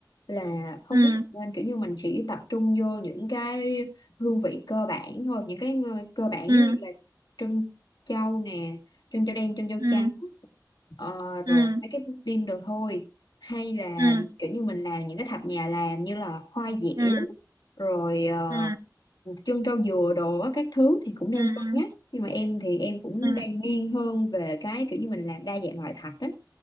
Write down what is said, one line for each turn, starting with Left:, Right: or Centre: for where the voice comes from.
Left: là không
Right: ừ
Left: biết nên kiểu như mình chỉ tập trung vô những cái hương vị cơ bản thôi những cái ngư- cơ bản
Right: ừ
Left: giống như là trân châu nè trân châu đen trân châu
Right: ừ
Left: trắng ờ, rồi
Right: ừ
Left: mấy cái pudding đồ thôi hay là
Right: ừ
Left: kiểu như mình làm những cái thạch nhà làm như là khoai dẻo
Right: ừ
Left: rồi ờ,
Right: ừ
Left: trân trâu dừa đồ á, các thứ thì cũng đang
Right: ừ
Left: cân
Right: ừ
Left: nhắc nhưng mà em thì em cũng
Right: ừ
Left: đang nghiêng hơn về cái kiểu như mình làm đa dạng loại thạch á